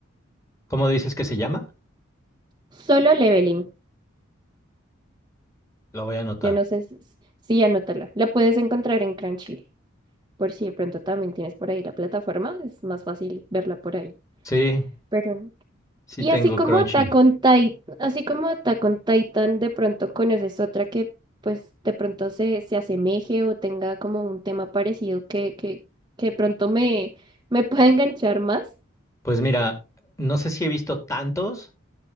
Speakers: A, on the left; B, on the right.
A: ¿Cómo dices que se llama?
B: Solo Leveling.
A: Lo voy a anotar.
B: Yo no sé si, sí, anótala. La puedes encontrar en Crunchy, por si de pronto también tienes por ahí la plataforma, es más fácil verla por ahí.
A: Sí,
B: Pero no.
A: sí
B: Y
A: tengo
B: así como
A: Crunchy.
B: Attack on Titan, así como Attack on Titan, de pronto conoces otra que pues de pronto se, se asemeje o tenga como un tema parecido que, que, que de pronto me, me pueda enganchar más.
A: Pues mira, no sé si he visto tantos,